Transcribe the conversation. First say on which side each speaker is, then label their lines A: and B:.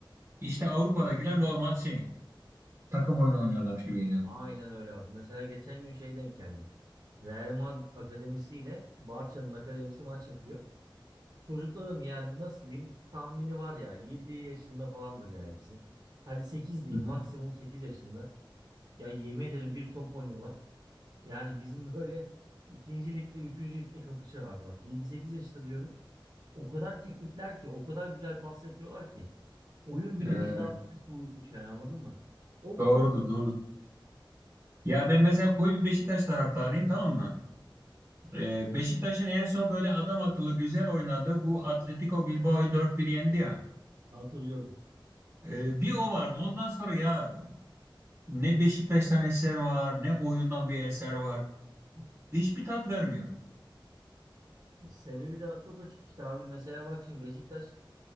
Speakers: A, on the right (about 25°); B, on the right (about 55°).
A: İşte Avrupa'dakiler normal şey takım oyunu oynuyorlarmış gibi geliyor.
B: Aynen öyle abi. Mesela geçen gün şey denk geldi. Real Madrid Akademisi ile Barça'nın akademisi maç yapıyor. Çocukların yani nasıl diyeyim tahmini var ya 7 yaşında falandır ya hepsi. Hadi 8 diyeyim
A: Hı
B: maksimum 8 yaşında. Ya yemin ederim bir top oynuyorlar. Yani bizim böyle ikinci ligle üçüncü ligle kapışır abi bak. yedi sekiz yaşında diyorum. O kadar teknikler ki, o kadar güzel pas yapıyorlar ki. Oyun bilinci
A: hı. Ee,
B: daha fazla oluşmuş yani anladın mı? O
A: doğrudur
B: çok
A: doğrudur. Ya ben mesela koyu bir Beşiktaş taraftarıyım tamam mı? Ee, Beşiktaş'ın en son böyle adam akıllı güzel oynadığı bu Atletico Bilbao'yu dört 1 yendi ya.
B: Hatırlıyorum.
A: Ee, bir o vardı. Ondan sonra ya ne Beşiktaş'tan eser var, ne oyundan bir eser var. Hiçbir tat vermiyor.
B: E, Sebebi de çok açık işte abi. Mesela bak şimdi Beşiktaş